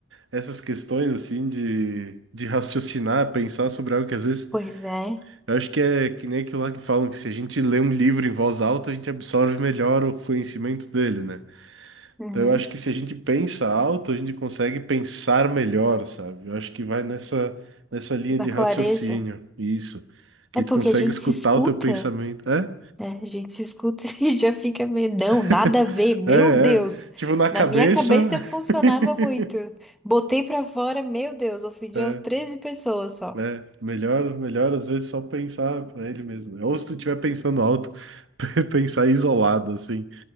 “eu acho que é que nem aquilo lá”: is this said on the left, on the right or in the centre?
Right